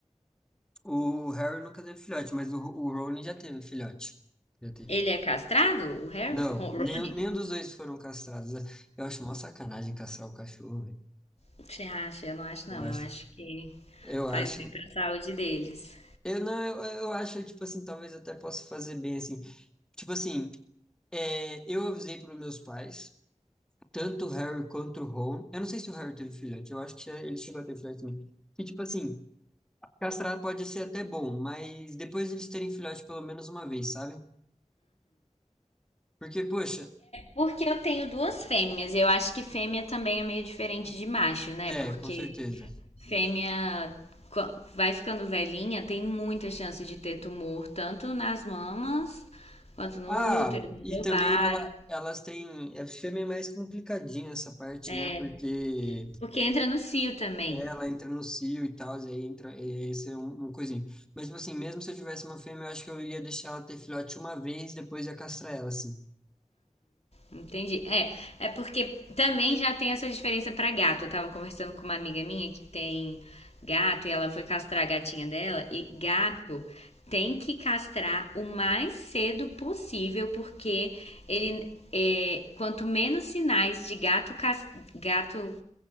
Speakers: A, in the centre; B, on the left.
A: O Harry nunca teve filhote, mas o, o Rowling já teve filhote. Já teve.
B: Ele é castrado, o Harry?
A: Não,
B: O Ron- Rony?
A: nenhum, nenhum dos dois foram castrados. Eu acho mó sacanagem castrar o cachorro, velho.
B: Você acha? Eu não acho,
A: Eu
B: não.
A: acho.
B: Eu acho que
A: Eu
B: faz
A: acho.
B: bem pra saúde deles.
A: Eu não, eu, eu acho, tipo assim, talvez até possa fazer bem assim. Tipo assim, é, eu avisei para os meus pais, tanto o Harry quanto o Ron. Eu não sei se o Harry teve filhote, eu acho que já- ele chegou a ter filhote também. Que, tipo assim, castrar pode ser até bom, mas depois eles terem filhote pelo menos uma vez, sabe? Porque, poxa,
B: Porque eu tenho duas fêmeas e eu acho que fêmea também é meio diferente de macho, né?
A: é,
B: Porque
A: com certeza.
B: fêmea co- vai ficando velhinha, tem muita chance de ter tumor, tanto nas mamas quanto no
A: Ah,
B: útero, nos
A: e também
B: ovários,
A: ela, elas têm. é fêmea é mais complicadinha essa parte,
B: né?
A: né? Porque
B: Porque entra no cio também.
A: ela entra no cio e tal, e aí entra. e- Esse é um, um coisinho. Mas, tipo assim, mesmo se eu tivesse uma fêmea, eu acho que eu ia deixar ela ter filhote uma vez, depois ia castrar ela, assim.
B: Entendi. É, é porque também já tem essa diferença pra gato. Eu tava conversando com uma amiga minha que tem gato e ela foi castrar a gatinha dela e gato tem que castrar o mais cedo possível porque ele é, quanto menos sinais de gato cas- gato